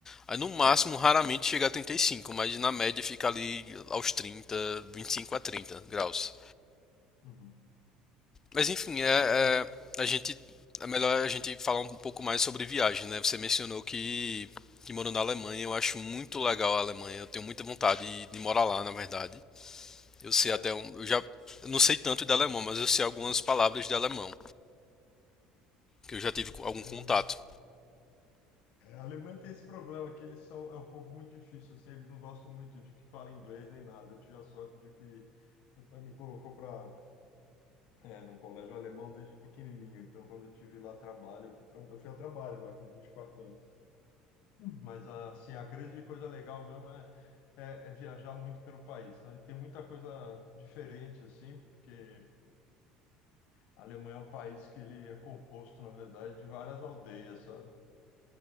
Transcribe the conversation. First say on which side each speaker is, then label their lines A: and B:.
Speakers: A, on the left; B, on the left.
A: Aí no máximo,
B: é.
A: raramente chega a 35, mas na média fica ali aos 30, 25 a 30 graus.
B: Uhum.
A: Mas enfim,
B: É, Eu vou
A: é,
B: te
A: é,
B: falar que eu.
A: a gente é melhor a gente falar um pouco mais sobre viagem, né? Você mencionou que, que morou na Alemanha, eu acho muito legal a Alemanha, eu tenho muita vontade de, de morar lá, na verdade. Eu sei
B: É,
A: até um, eu já eu não sei tanto de alemão, mas eu sei algumas palavras de alemão, que eu já tive co- algum
B: é,
A: contato,
B: É, A Alemanha tem esse problema que eles são é um povo muito difícil assim, eles não gostam muito de que falem inglês nem nada. Eu tive a sorte de que meu pai me colocou para é, num colégio alemão desde pequenininho. Então, quando eu tive lá trabalho, eu fui, tra- eu fui a trabalho lá com 24 anos. Mas assim, a grande coisa legal mesmo é, é, é viajar muito pelo país, sabe? Tem muita coisa diferente assim, porque a Alemanha é um país que ele é composto, na verdade, de várias aldeias, sabe?